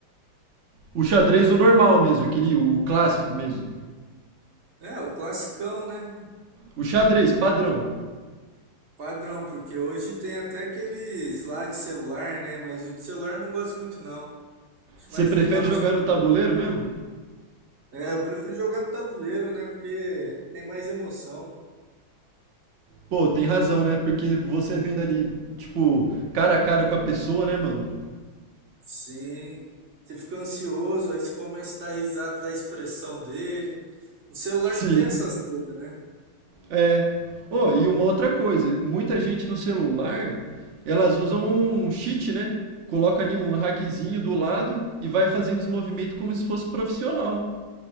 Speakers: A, on the right (about 80°); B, on the right (about 40°).
A: O xadrez, o normal mesmo, aquele, o clássico mesmo.
B: É, o classicão, né?
A: O xadrez, padrão.
B: Padrão, porque hoje tem até aqueles lá de celular, né? Mas o de celular eu não gosto muito, não. Acho
A: Você
B: mais
A: prefere
B: legal
A: jogar
B: o de tabuleiro.
A: no tabuleiro mesmo?
B: É, eu prefiro jogar no tabuleiro, né? Porque tem mais emoção.
A: Pô, tem razão, né? Porque você vendo ali, tipo, cara a cara com a pessoa, né, mano?
B: Sim, você fica ansioso, aí você começa a dar risada da expressão dele. No celular
A: Sim.
B: não tem essas coisas, né?
A: É. Oh, e uma outra coisa, muita gente no celular, elas usam um cheat, né? Coloca ali um hackzinho do lado e vai fazendo os movimentos como se fosse profissional.